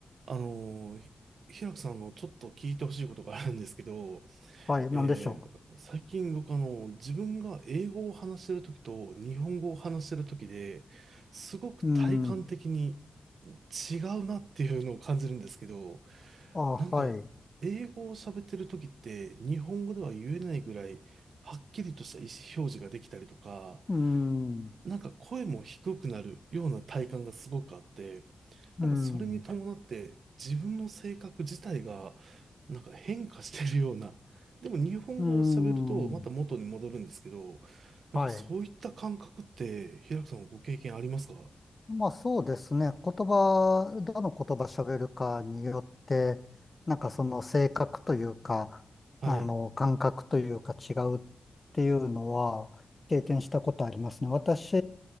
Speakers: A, on the right; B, on the left.
A: あのー、ひ平くさんのちょっと聞いてほしいことがあるんですけど、
B: はい、
A: えー最近僕あの、
B: なんでしょ
A: 自分が英語を話してるときと日本語を話してるときで、すごく体感的に
B: う。うん。
A: 違うなっていうのを感じるんですけど、
B: あ、
A: なんか、
B: はい。
A: 英語を喋ってるときって日本語では言えないぐらい、はっきりとした意思表示ができたりとか、
B: うん。
A: なんか声も低くなるような体感がすごくあって、
B: うん。
A: なんかそれに伴って自分の性格自体がなんか変化してるような。でも日本語を喋るとまた元に戻るんですけど、
B: うん。
A: なんかそういった感覚って平木さんもご経験ありますか
B: はい。まあそうですね。言葉、どの言葉喋るかによって、なんかその性格というか、
A: はい。
B: あの、感覚というか違うっていうのは経験したことありますね。私、